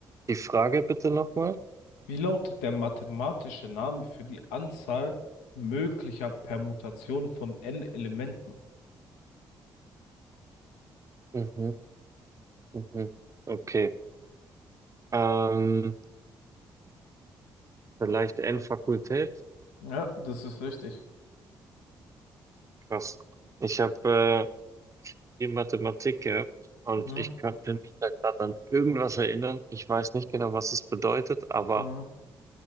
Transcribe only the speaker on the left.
Wie lautet der mathematische Name für die Anzahl möglicher Permutationen von n-Elementen?
Ja, das ist richtig.
Mhm.
Mhm.